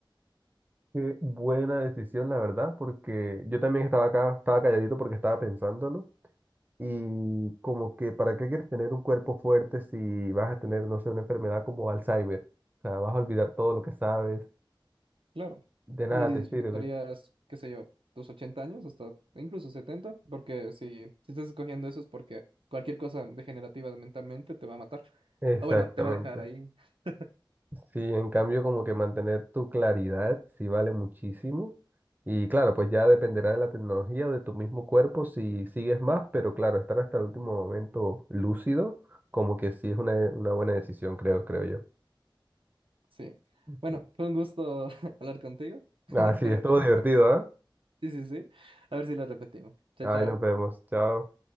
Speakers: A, on the right; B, on the right.
A: Qué buena decisión, la verdad, porque yo también estaba acá, estaba calladito porque estaba pensándolo. Y como que, ¿para qué quieres tener un cuerpo fuerte si vas a tener, no sé, una enfermedad como Alzheimer? O sea, vas a olvidar todo lo que sabes,
B: Claro,
A: de nada
B: ni disfrutarías,
A: te sirve.
B: qué sé yo, tus 80 años, hasta incluso 70, porque si, si estás escogiendo eso es porque cualquier cosa degenerativa mentalmente te va a matar.
A: Exactamente.
B: O bueno, te va a dejar ahí. <laughs>
A: Sí, en cambio, como que mantener tu claridad sí vale muchísimo. Y claro, pues ya dependerá de la tecnología o de tu mismo cuerpo si sigues más, pero claro, estar hasta el último momento lúcido, como que sí es una, una buena decisión, creo, creo yo.
B: Sí.
A: Ujú.
B: Bueno, fue un gusto <laughs> hablar contigo. <laughs>
A: Ah,
B: Espero
A: sí, Bueno, estuvo
B: que en la
A: divertido,
B: próxima.
A: ¿ah?
B: Sí, sí, sí. A ver si lo repetimos. Chao,
A: Ahí
B: chao.
A: nos vemos. Chao.